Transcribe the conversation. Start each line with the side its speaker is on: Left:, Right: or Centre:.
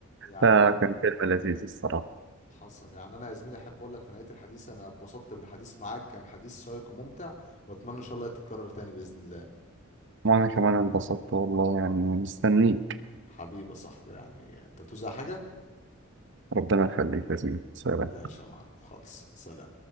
Left: يعني
Right: فكان فيلم لذيذ الصراحة
Left: حصل يعني انا يا زميلي احب اقول لك في نهايه الحديث انا اتبسطت بالحديث معاك كان حديث شيق وممتع واتمنى ان شاء الله تتكرر تاني باذن الله
Right: وأنا كمان انبسطت والله يعني مستنيك
Left: حبيبي يا صاحبي يعني انت توزع حاجه
Right: ربنا يخليك يا زميلي سلام
Left: ماشي يا معلم خالص سلام